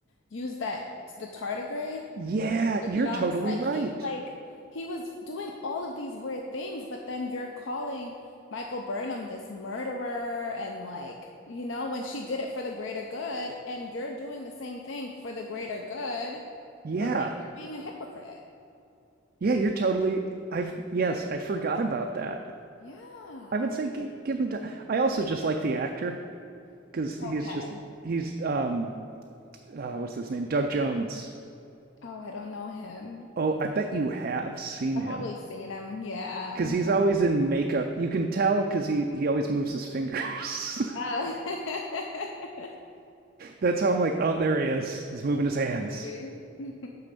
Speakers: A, on the left; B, on the right.
A: use that the tardigrade
B: Yeah,
A: for the
B: you're
A: jumps.
B: totally
A: Like
B: right.
A: he like he was doing all of these weird things, but then you're calling Michael Burnham this murderer and like, you know, when she did it for the greater good and you're doing the same thing for the greater good,
B: Yeah.
A: but like you're being a hypocrite.
B: Yeah, you're totally. I've yes, I forgot about that.
A: Yeah.
B: I would say g- give him. Ti- I also just like the actor because he's
A: Okay.
B: just he's um uh, what's his name Doug Jones.
A: Oh, I don't know him.
B: Oh, I bet you have seen
A: I've
B: him
A: probably seen him. Yeah.
B: because
A: I'm
B: he's
A: pro-
B: always in makeup. You can tell because he he always moves his fingers. <laughs>
A: Oh. <laughs>
B: That's how I'm like, oh, there he is. He's moving his hands.
A: Funny. <laughs>